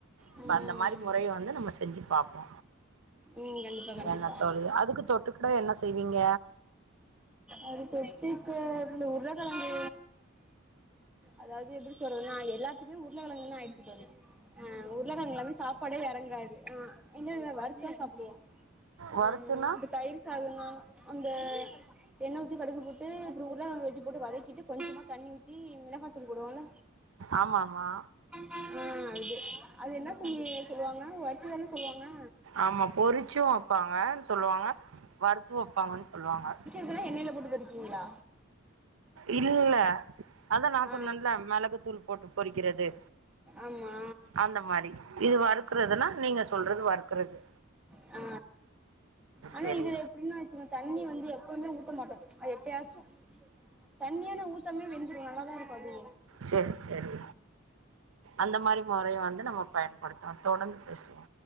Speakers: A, on the right; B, in the centre.
A: இப்ப
B: ம்
A: அந்த மாரி முறைய வந்து நம்ம செஞ்சு பாப்போ
B: ம் கண்டிப்பா கண்டிப்பா
A: என்ன தோழி அதுக்கு தொட்டுக்கிட என்ன செய்வீங்க
B: அது தொட்டுக்க இந்த உருளகிழங்கு அதாவது எப்டி சொல்றதுன்னா எல்லாத்துக்குமே உருளகிழங்குன் தா ஆயிடுச்சு தோழி ஆ உருள கிழங்கு இல்லனா சாப்பாடே எறங்காது ஆ இல்ல இல்ல வருத்தா சாப்புடுவோ
A: வறுத்துனா
B: ஆம் இந்த தயிர் சாதோனாலு அந்த எண்ண ஊத்தி கடுகு போட்டு அப்றொ உருள கிழங்கு வெட்டி போட்டு வதகி ட்டு கொஞ்சமா தண்ணி உத்தி மிளகா தூள் போடுவோல
A: ஆமா ஆமா
B: ஆ அது அது என்ன சொல்லி சொல்லுவாங்க வர்த்து தான சொல்லுவாங்க
A: ஆமா பொறிச்சு வப்பாங்க சொல்லுவாங்க வருத்து வப்பாங்கன் சொல்வாங்க
B: ல்ல எண்ணெய்ல போட்டு பொருபீங்ளா
A: இல்ல அதா நா
B: ஆ
A: சொன்னன்ல மிளகுத்தூள் போட்டு பொறிக்கிறது
B: ஆமா
A: அந்த மாரி இது வறுக்குறதுன்னா நீங்க சொல்றது வறுக்குறது
B: ஆ ஆன
A: சரி
B: இதுல எப்டின்னா வச்சுக்க தண்ணி வந்து எப்பவுமே ஊத்த மாட்டோ எப்பயாச்சு தண்ணியெ ஆனா ஊத்தாமே வெந்துரு நல்லாதா இருக்கு அது
A: சேர் செரி அந்த மாரி முறைய வந்து நம்ம பயன்படுத்வொ தொடர்ந்து பேசுவோ